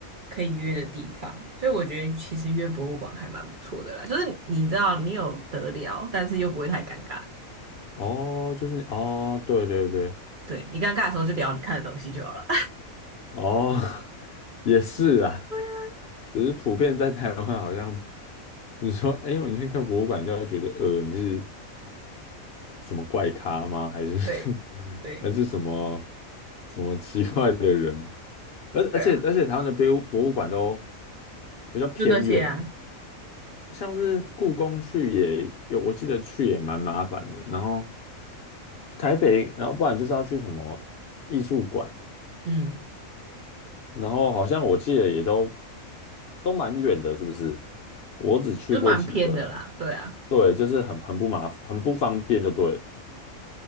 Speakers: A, on the right; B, on the left.
A: 可以约的地方，所以我觉得其实约博物馆还蛮不错的啦，就是你知道你有得聊，但是又不会太尴尬。
B: 哦，就是哦，对对对，
A: 对，你尴尬的时候就聊你看的东西就好了。
B: 哦，<laughs> 也是啊，
A: <laughs>
B: 只是普遍在台湾好像，你说，哎呦，你去看博物馆，就会觉得，呃，你是。什么怪咖吗？还是
A: 对对
B: <laughs> 还是什么什么奇怪的人？而而且而且台湾的博物博物馆都
A: 对啊，
B: 比较偏远呢，
A: 就那些啊，
B: 像是故宫去也有，我记得去也蛮麻烦的。然后台北，然后不然就是要去什么艺术馆，
A: 嗯，
B: 然后好像我记得也都都蛮远的，是不是？我只去过几个啊，
A: 就蛮偏的啦，对啊。
B: 对，就是很很不麻烦，很不方便就对了。